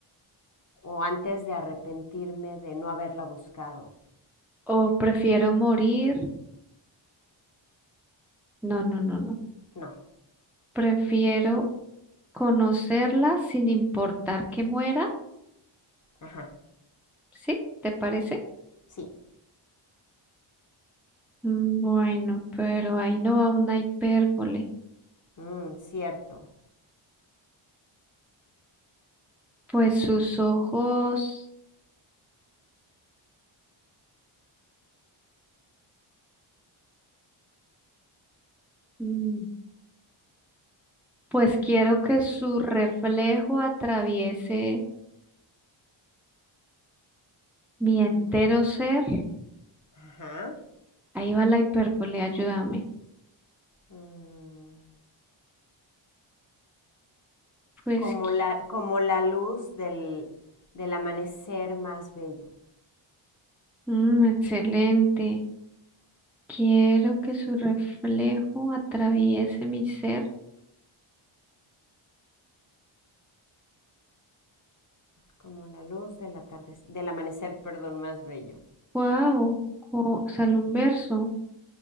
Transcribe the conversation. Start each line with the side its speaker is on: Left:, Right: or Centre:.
Left: o antes de arrepentirme de no haberla buscado.
Centre: o prefiero morir. No, no, no, no.
Left: No.
Centre: Prefiero conocerla sin importar que muera.
Left: Ajá.
Centre: ¿Sí? ¿Te parece?
Left: Sí.
Centre: Mm, Bueno, pero ahí no va una hipérbole.
Left: Mm, cierto.
Centre: Pues sus ojos, mm, pues quiero que su reflejo atraviese mi entero
Left: Mm,
Centre: ser.
Left: Ajá.
Centre: Ahí va la hipérbole, ayúdame.
Left: Mm,
Centre: Pues,
Left: como,
Centre: qui-
Left: la, como la luz del, del amanecer más bello.
Centre: mm, excelente. Quiero que su reflejo atraviese mi ser.
Left: Como la luz del atardecer, del amanecer, perdón, más bello.
Centre: Wow, sale un verso.